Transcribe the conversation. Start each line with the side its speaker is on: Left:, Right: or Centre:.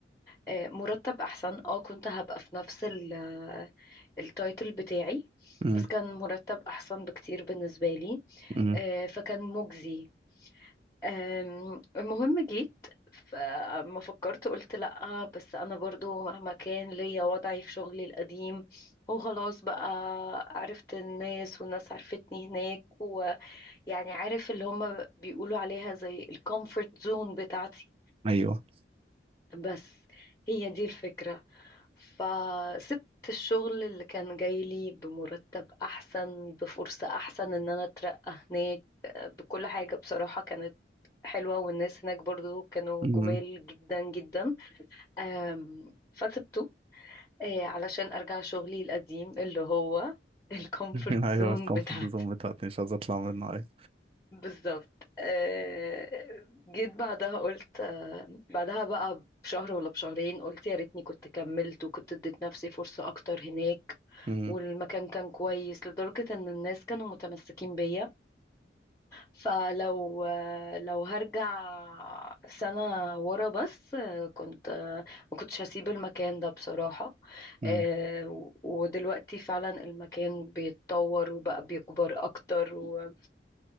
Left: آه، مرتب احسن اه كنت هبقى في نفس ال- آه، التايتل بتاعي
Right: مم.
Left: بس كان مرتب احسن بكتير بالنسبة لي
Right: مم.
Left: آه، فكان مجزي آم، المهم جيت فما فكرت قلت لأ بس أنا برضو مهما كان ليا وضعي في شغلي القديم وخلاص بقى عرفت الناس والناس عرفتني هناك يعني عارف اللي هما بيقولوا عليها زي الكومفورت زون بتاعتي
Right: ايوه
Left: بس هي دي الفكرة فسبت الشغل اللي كان جاي لي بمرتب أحسن بفرصة أحسن إن أنا أترقى هناك بكل حاجة بصراحة كانت حلوة والناس هناك برضو كانوا
Right: مم.
Left: جمال جدا جدا أم، فسبته آه، علشان أرجع شغلي القديم اللي هو الكومفورت
Right: <laughs> ايوه
Left: زون
Right: الكونفرت
Left: بتاعتي
Right: زون بتاعتي مش عايز اطلع منها ايوه
Left: بالظبط آه، جيت بعدها قلت بعدها بقى بشهر ولا بشهرين قلت يا ريتني كنت كملت وكنت اديت نفسي فرصة اكتر هناك
Right: مم.
Left: والمكان كان كويس لدرجة ان الناس كانوا متمسكين بيا فلو لو هرجع سنة ورا بس كنت ما كنتش هسيب المكان ده بصراحة
Right: مم.
Left: آه، ودلوقتي فعلا المكان بيتطور وبقى بيكبر أكتر و-